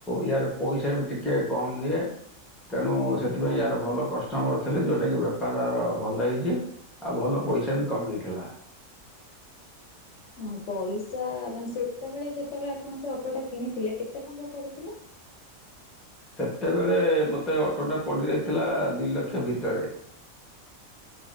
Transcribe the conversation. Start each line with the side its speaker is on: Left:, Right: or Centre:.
Centre: ୟାର ପଇସା ବି ଟିକେ କମ ଦିଏ। ତେଣୁ ସେଥିପାଇଁ ୟାର ଭଲ କଷ୍ଟମର ଥିଲେ ଯୋଉଟାକି ବେପାର ଭଲ ହେଇଛି। ଆଉ ଭଲ ପଇସା ବି କମେଇଥିଲା।
Left: ହ ପଇସା ମାନେ ସେତେବେଳେ ଯେତେବେଳେ ଆପଣ ସେ ଅଟୋଟା କିଣିଥିଲେ କେତେ ଟଙ୍କା ପଡିଥିଲା?
Centre: ସେତେବେଳେ ମତେ ଅଟୋଟା ପଡିଯାଇଥିଲା ଦି ଲକ୍ଷ ଭିତରେ।